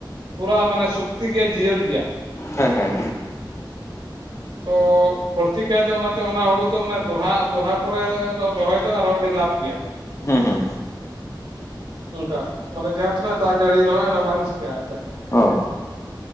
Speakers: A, on the right; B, on the left.
A: ᱯᱩᱨᱟ ᱢᱟᱱᱮ ᱥᱚᱠᱛᱤ ᱜᱮ ᱡᱤᱭᱟᱹᱲ ᱜᱮᱭᱟ
B: ᱦᱮᱸ ᱦᱮᱸ
A: ᱛᱚ ᱵᱟᱹᱲᱛᱤ ᱠᱟᱭ ᱛᱮ ᱚᱱᱟ ᱚᱱᱟ ᱦᱩᱲᱩ ᱫᱚᱮ ᱫᱚᱦᱟ ᱫᱚᱦᱟ ᱠᱚ ᱨᱮ ᱨᱚᱦᱚᱭ ᱫᱚ ᱟᱨᱦᱚᱸ ᱟᱹᱰᱤ ᱞᱟᱵᱷ ᱜᱮᱭᱟ ᱾
B: ᱦᱮᱸ ᱦᱮᱸ
A: ᱚᱱᱠᱟ ᱢᱟᱱᱮ ᱡᱟᱦᱟᱸ ᱛᱤᱱᱟᱹᱜ ᱫᱟᱜ ᱡᱟᱹᱲᱤ ᱨᱮ ᱦᱚᱸ ᱚᱱᱟ ᱵᱟᱝ ᱪᱤᱠᱟᱹᱜᱼᱟ ᱮᱱᱜ ᱾
B: ᱚ